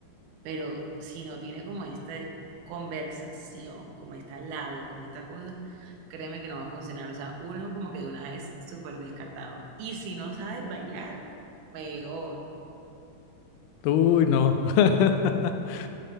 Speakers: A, on the right; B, on the left.
A: pero si no tiene como esta conversación, como esta labia, como esta cosa, créeme que no va a funcionar. O sea, uno como que de una vez súper descartado. Y si no sabes bailar, peor.
B: Uy, no. <laughs>